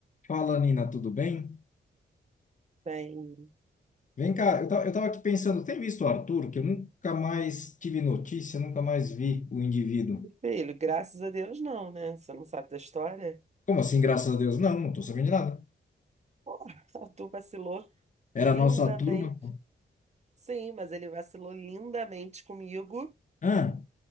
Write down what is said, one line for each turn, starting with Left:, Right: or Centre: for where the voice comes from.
Left: Fala, Nina, tudo bem?
Right: Tem.
Left: Vem cá, eu ta- eu tava aqui pensando, tem visto o Arthur, que eu nunca mais tive notícia, nunca mais vi o indivíduo.
Right: Filho, graças a Deus não, né? Você não sabe da história?
Left: Como assim, graças a Deus? Não, não tô sabendo de nada.
Right: Porra, <laughs> tu vacilou
Left: Era
Right: lindamente.
Left: a nossa turma.
Right: Sim, mas ele vacilou lindamente comigo,
Left: Ah,